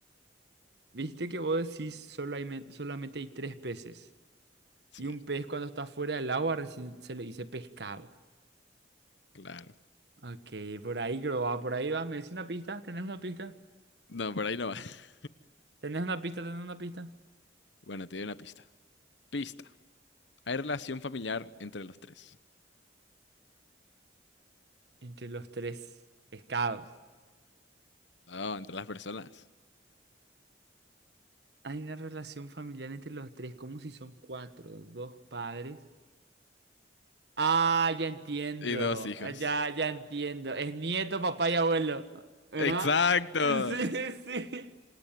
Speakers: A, on the right; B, on the left.
A: viste que vos decís solamente, solamente hay tres peces.
B: Sí,
A: Y un pez cuando está fuera del agua recién se le dice pescado.
B: claro.
A: Ok, por ahí creo va, por ahí va. ¿Me decís una pista? ¿Tenés una pista?
B: No, por ahí no va. <laughs>
A: ¿Tenés una pista? ¿Tenés una pista?
B: Bueno, te doy una pista. Pista. Hay relación familiar entre los tres.
A: Entre los tres pescados.
B: No, entre las personas.
A: Hay una relación familiar entre los tres, como si son cuatro, dos padres Ah, ya entiendo.
B: Y dos hijos.
A: Eh, Ya, ya entiendo. Es nieto, papá y abuelo. ¿Verdad?
B: Exacto.
A: <laughs> Sí, sí.